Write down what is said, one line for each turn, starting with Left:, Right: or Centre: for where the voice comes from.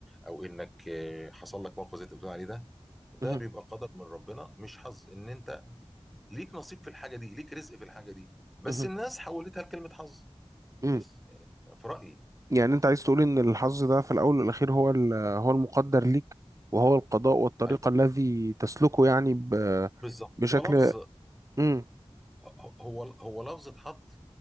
Centre: او انك آه، حصل لك موقف زي اللي بتقول عليه ده ده
Right: مهم،
Centre: بيبقى قدر من ربنا مش حظ ان انت ليك نصيب في الحاجة دي ليك رزق في الحاجة دي بس
Right: مهم،
Centre: الناس حولتها لكلمة حظ
Right: مم.
Centre: بس يعني في رأيي
Right: يعني انت عايز تقول ان الحظ ده في الاول والاخير هو ال- هو المقدر ليك وهو القضاء والطريقة
Centre: ايوه
Right: الذي تسلكه يعني ب-
Centre: بالظبط
Right: بشكل
Centre: هو لفظ
Right: مم،
Centre: آه، هو هو لفظ اتحط